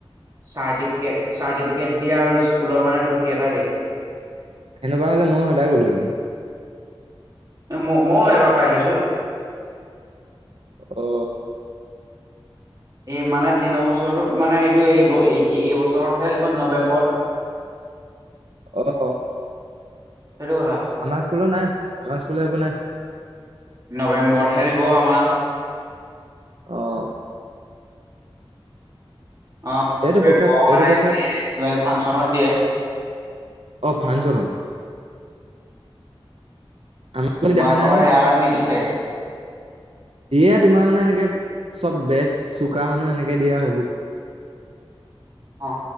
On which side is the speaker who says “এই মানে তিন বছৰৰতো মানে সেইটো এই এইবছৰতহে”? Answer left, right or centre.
Right